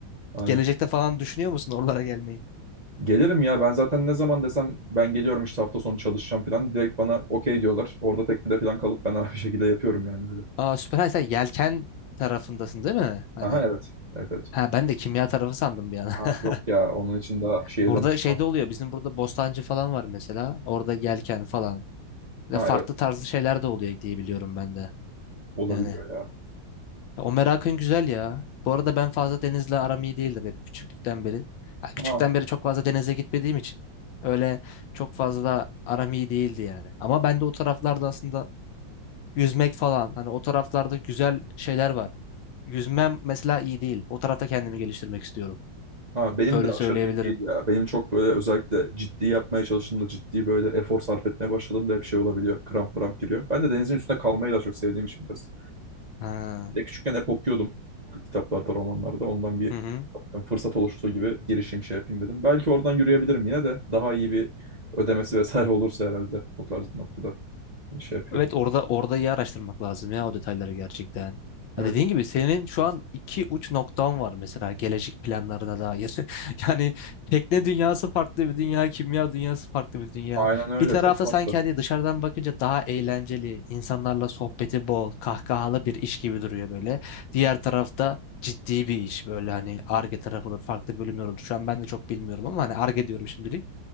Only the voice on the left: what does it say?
Gelecekte falan düşünüyor musun oralara gelmeyi?
Aa süper. Ha, sen yelken tarafındasın değil mi? Hani
ha ben de kimya tarafı sandım bir an.
<laughs>
Burada
şeyde oluyor. Bizim burada Bostancı falan var mesela. Orada yelken falan. Ve
farklı
tarzı şeyler de oluyor diye biliyorum ben de.
Yani
Ya o merakın güzel ya. Bu arada ben fazla denizle aram iyi değildi benim küçüklükten beri. Ha, küçükten
beri çok fazla denize gitmediğim için öyle çok fazla aram iyi değildi yani. Ama ben de o taraflarda aslında yüzmek falan hani o taraflarda güzel şeyler var. Yüzmem mesela iyi değil. O tarafta kendimi geliştirmek istiyorum.
Öyle
söyleyebilirim.
Ha.
Hı hı.
Evet orada orada iyi araştırmak lazım ya o detayları gerçekten. Ha
dediğin gibi senin şu an iki uç noktan var mesela gelecek planlarına dair. <laughs> Yani tekne dünyası farklı bir dünya, kimya dünyası farklı bir dünya.
Bir tarafta
sanki hani dışarıdan bakınca daha eğlenceli, insanlarla sohbeti bol, kahkahalı bir iş gibi duruyor böyle. Diğer tarafta ciddi bir iş böyle hani Ar-Ge tarafı olur, farklı bölümler olur. Şu an ben de çok bilmiyorum ama hani Ar-Ge diyorum şimdilik.